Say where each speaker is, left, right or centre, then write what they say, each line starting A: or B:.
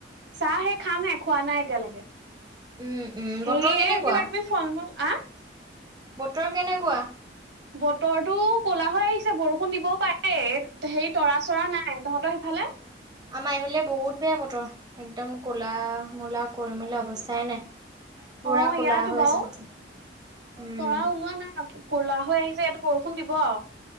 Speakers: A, on the right; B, on the right.
A: চাহ হে খামহে খোৱা নাই এতিয়ালেকে।
B: উম উম
A: সেই
B: বতৰ কেনেকুৱা?
A: কিবা কিবি ফল-মূল আ
B: বতৰ কেনেকুৱা?
A: বতৰটো ক'লা হৈ আহিছে বৰষুণ দিবও পাৰে এ সেই তৰা - চৰা নাই, তহঁতৰ সেইফালে?
B: আমাৰ এইফালে বহুত বেয়া বতৰ, একদম কলা - মূলা কৰি মেলি অৱস্থাই নাই। পুৰা
A: অ
B: ক'লা
A: ইয়াতো
B: হৈ
A: বাৰু,
B: আছে বতৰ উম।
A: তৰা ওলোৱা নাই আকৌ। কলা হৈ আহিছে এইটো বৰষুণ দিব আৰু।